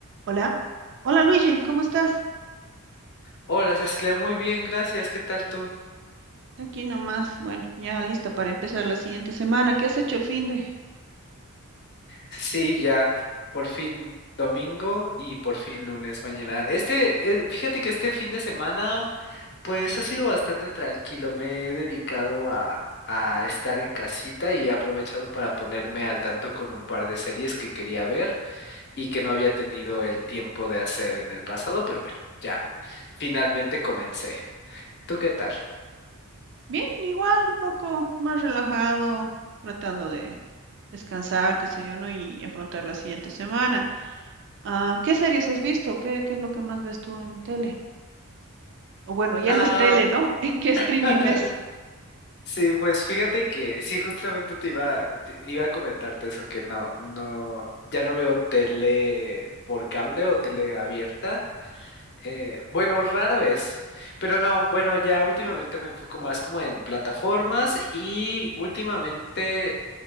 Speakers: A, on the right; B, on the left.
A: Hola. Hola Luigi, ¿cómo estás?
B: Hola Cecilia, muy bien, gracias. ¿Qué tal tú?
A: Aquí nomás, bueno, ya lista para empezar la siguiente semana. ¿Qué has hecho el fin de?
B: Sí, ya, por fin domingo y por fin lunes mañana. Este, eh, fíjate que este fin de semana, pues ha sido bastante tranquilo. Me he dedicado a, a estar en casita y he aprovechado para ponerme al tanto con un par de series que quería ver y que no había tenido el tiempo de hacer en el pasado, pero bueno, ya, finalmente comencé. ¿Tú qué tal?
A: Bien, igual, un poco más relajado, tratando de descansar, qué sé yo, ¿no? Y afrontar la siguiente semana. Ah, ¿qué series has visto? ¿Qué, qué es lo que más ves tú en tele? O bueno, ya
B: Ah.
A: no es tele, ¿no? <laughs> ¿En qué streaming
B: <laughs>
A: ves?
B: Sí, pues fíjate que sí, justamente te iba, te iba a comentarte eso, que no, no, ya no veo tele por cable o tele abierta. eh, bueno, rara vez, pero no, bueno, ya últimamente me enfoco más como en plataformas y últimamente